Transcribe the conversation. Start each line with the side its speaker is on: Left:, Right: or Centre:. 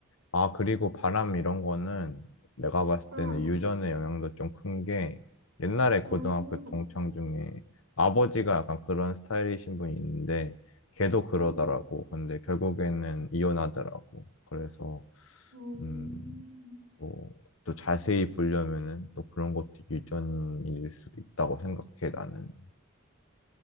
Left: 아, 그리고 바람 이런 거는 내가 봤을
Right: 응,
Left: 때는 유전의 영향도 좀 큰 게 옛날에 고등학교
Right: 음,
Left: 동창 중에 아버지가 약간 그런 스타일이신 분이 있는데 걔도 그러더라고.
Right: 음,
Left: 근데 결국에는 이혼하더라고. 그래서,
Right: 음,
Left: 음, 또, 또 자세히 보려면은 또 그런 것도 유전일 수도 있다고 생각해, 나는.